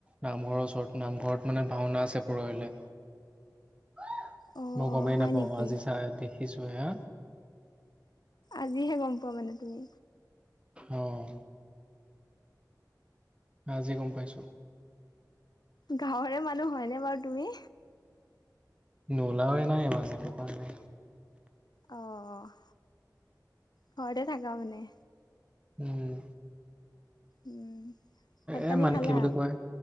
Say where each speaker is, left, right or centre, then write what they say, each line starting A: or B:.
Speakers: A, on the right; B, on the left.
A: নামঘৰৰ ওচৰত, নামঘৰত মানে ভাওনা আছে পৰহিলে। মই
B: অ অ
A: গমেই
B: হয়
A: নাপাওঁ
B: নেকি
A: আজি চাই দেখিছো এয়া।
B: আজিহে গম পোৱা মানে তুমি।
A: অ' আজি গম পাইছো।
B: গাঁৱৰে মানুহ হয়নে বাৰু তুমি?
A: নোলাওৱে নাই ইমান এইটো কাৰণে।
B: অ অহ' ঘৰতে থাকা মানে।
A: উম'
B: উম ভাত
A: এ
B: পানী
A: মানে
B: খালা
A: কি বুলি কয়,